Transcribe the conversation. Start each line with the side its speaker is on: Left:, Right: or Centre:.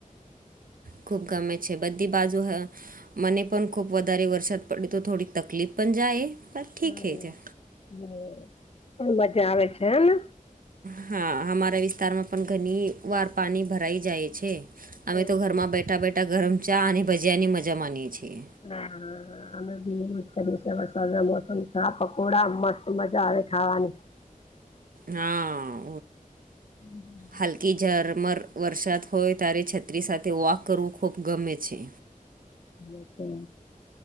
Right: ખૂબ ગમે છે બધી બાજુ મને પણ ખુબ વધારે વરસાદ પડે તો થોડી તકલીફ પણ જાય. પર ઠીક
Left: હમ્મ
Right: હે છે
Left: હમ્મ પણ મજા આવે છે હેને
Right: હા અમારા વિસ્તારમાં પણ ઘણી વાર પાણી ભરાઈ જાય છે. અમે
Left: એવું
Right: તો ઘરમાં
Left: છે.
Right: બેઠા બેઠા ગરમ ચા અને ભજીયાની મજા માનીએ છીએ
Left: હા હા હા અમે બી <unintelligible> અને મોસમ સા પકોડા મસ્ત મજા આવે ખાવાની.
Right: હા
Left: હમ
Right: હાલકી ઝરમર વરસાદ હોય ત્યારે છત્રી સાથે વોક કરવું ખૂબ ગમે છે
Left: એ છે